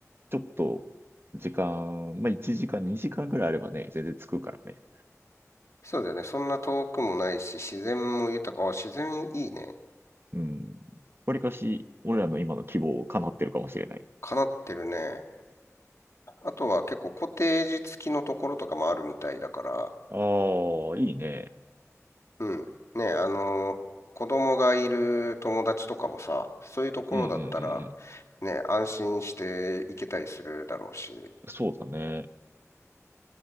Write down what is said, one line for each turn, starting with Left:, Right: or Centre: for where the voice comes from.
Right: ちょっと、時間、まあ、1時間、2時間ぐらいあればね、全然着くからね。
Left: そうだよね。そんな遠くもないし、自然も豊か。あ、自然いいね。
Right: うん。わりかし、俺らの今の希望を叶ってるかもしれない。
Left: かなってるね。あとは結構コテージ付きのところとかもあるみたいだから、
Right: ああ、いいね。
Left: うん。ね、あの、子供がいる友達とかもさ、そういうところだったら、
Right: うんうんうん
Left: ね、安心して行けたりするだろうし。
Right: うん。そうだね。